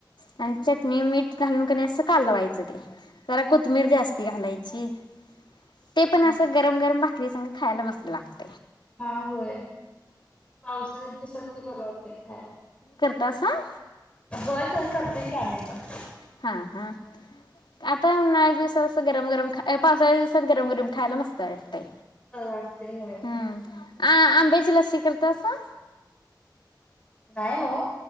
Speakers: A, on the left; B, on the left.
A: पंचत निममीट घालून का नाही असं कालवायचं ते. जरा कोथबिर जास्ती घालायची. ते पण
B: हा
A: असं
B: होय
A: गरम गरम भा ते साग खायला मस्त लागते.
B: हा होय पावसाच्या दिवसात ते परवडते खायला.
A: तसाां?
B: होय तर करते. कॅमरेपण
A: हा हा आता उन्नाळ्या दिवसात असं गरम गरम पावसाळ्या दिवसात गरम गरम खायला मस्त वाटतेय.
B: बरं वाटतंय होय.
A: हम्म अ आंबेची लस्सी करत तसा?
B: नाही हो.